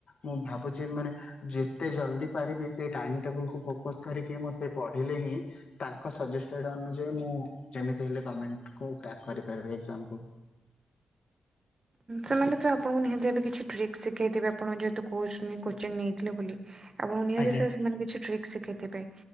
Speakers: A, on the left (about 55°); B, on the right (about 25°).
A: ମୁଁ ଭାବୁଛି ମାନେ ଯେତେ ଜଲଦି ପାରିବି ସେ ଟାଇମ୍ ଟାକୁ ଫୋକସ କରିକି ସେ ପଢିଲେ ହି ତାଙ୍କ ସଜେଷ୍ଟେଡ ଅନଯାୟୀ ମୁଁ ଯେ ହେଲେ ଗମେଣ୍ଟ କୁ ଟ୍ରାକ କରିପାରିବେ ଏଗଜାମ୍ ପୂଲ୍।
B: ସେମାନେ ତ ଆପଣଙ୍କୁ ନିହାତି ଭାବେ କିଛି ଟ୍ରିକ୍ ଶିଖେଇଥିବେ ଆପଣ ଯେହେତୁ କୋଚ୍ କୋଚିଂ ନେଇଥିଲେ ବୋଲି। ଆପଣ ନିହାତି
A: ଆଜ୍ଞା
B: ସାର୍ ସେମାନେ କିଛି ଟ୍ରିକ୍ ଶିଖେଇଥିବେ